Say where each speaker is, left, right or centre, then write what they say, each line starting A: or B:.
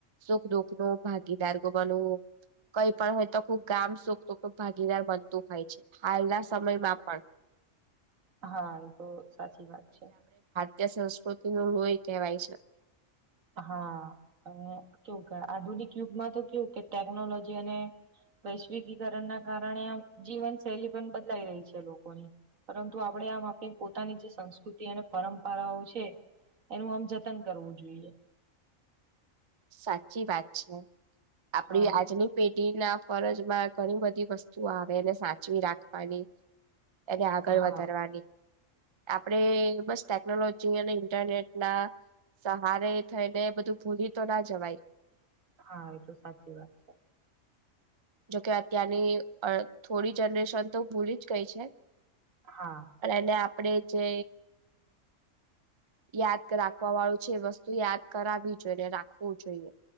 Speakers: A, on the right; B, on the right.
A: સુખ દુઃખનો ભાગ ગીદાર કો બનવું. કઈ પણ હોય તો ખુબ ગામ સુખ દુઃખમાં ભાગીદાર બનતુ હોય છે. હાલના સમયમાં પણ.
B: હા એ તો સાચી વાત છે.
A: જે સંસ્કૃતિનું લોહી કેવાય છે.
B: હા અને કેવું કે આધુનિક યુગમાં તો કેવું કે ટેકનોલોજી અને વૈશ્વિકીકરણના કારણે આમ જીવન શૈલી પણ બદલાઈ રહી છે લોકોની. પરંતુ આપણે આમ આપણી પોતાની જે સંસ્કૃતિ અને પરંપરાઓ છે. એનું આમ જતન કરવું જોઈએ.
A: સાચી વાત છે. આપડી
B: હા
A: આજની પેઢીના ફરજમાં ઘણી બધી વસ્તુઓ આવે એને સાચવી રાખવાની. એને આગળ
B: હા
A: વધારવાની. આપણે બસ ટેકનોલોજી અને ઇન્ટરનેટના સહારે થઈને બધું ભૂલી તો ના જવાય.
B: હા એ તો સાચી વાત છે.
A: જોકે અત્યારની અ થોડી જનરેશન તો ભૂલી જ ગઈ છે.
B: હા
A: પણ એને આપણેે જે યાદ રાખવા વાળું છે એ વસ્તુ યાદ કરાવવી જોઈને રાખવું જોઈએ.